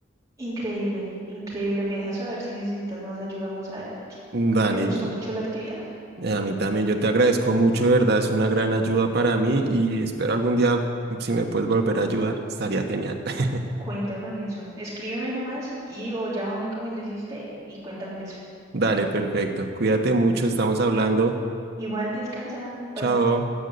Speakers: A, on the right; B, on the right.
A: Increíble, increíble. Me dejas saber si necesitas más ayuda más adelante.
B: Dale.
A: Me gustó mucho la actividad.
B: Eh, A mí también, yo te agradezco mucho, de verdad, es una gran ayuda para mí y espero algún día, si me puedes volver a ayudar, estaría genial. <laughs>
A: Cuenta con eso. Escríbeme nomás y o llámame como le hiciste y cuenta con eso.
B: Dale, perfecto. Cuídate mucho, estamos hablando.
A: Igual descansa. Bye.
B: Chao.